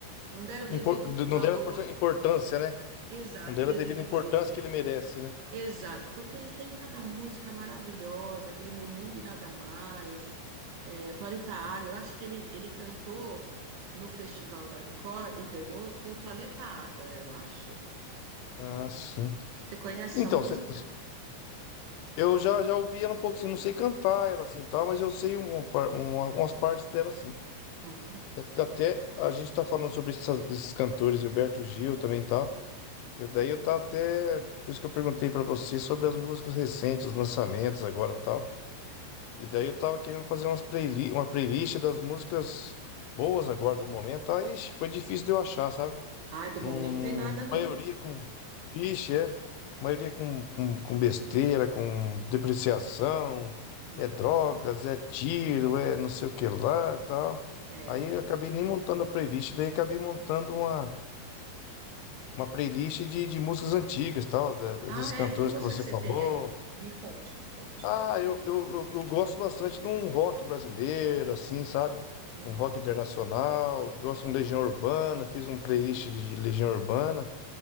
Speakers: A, on the right (about 85°); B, on the left (about 85°).
A: Não deram o
B: impor-
A: devido
B: não
A: valor.
B: deram a importân- importância, né?
A: Exato,
B: Não deram
A: o devido
B: a devida importância
A: valor.
B: que ele merece, né?
A: Exato, porque ele tem cada música maravilhosa, aquele Meu Mundo e Nada Mais, é, Planeta Água. Eu acho que ele, ele cantou no Festival da Record e ganhou com o Planeta Água, eu acho.
B: Ah, sim.
A: Você conhece
B: Então,
A: essa música?
B: cê- eu já, já ouvi ela um pouco assim, não sei cantar ela assim e tal, mas eu sei um, par- um- umas partes dela assim.
A: Uhum.
B: E Até a gente tá falando sobre essas- esses cantores, Gilberto Gil também e tal. Eu, daí eu tava até. Por isso que eu perguntei pra você sobre as músicas recentes, os lançamentos agora e tal. E daí eu tava querendo fazer umas playli uma playlist das músicas boas agora do momento. Aí, ixi, foi difícil de eu achar, sabe?
A: Ah, do
B: Num,
A: momento
B: num-
A: tem nada, não.
B: maioria com. Vixe, é. Maioria com, com, com besteira, com depreciação,
A: Uhum.
B: é drogas, é tiro, é não sei o que lá e tal.
A: É.
B: Aí eu acabei nem montando a playlist, daí acabei montando uma, uma playlist de, de músicas antigas, tal, da- da-
A: Ah,
B: desses cantores
A: é? Que música
B: que você
A: que você
B: falou.
A: tem aí? Me conte, me conte.
B: Ah, eu, eu, eu, eu gosto bastante de um rock brasileiro, assim, sabe?
A: Uhum.
B: Um rock internacional, gosto de um Legião Urbana, fiz um playlist de Legião Urbana.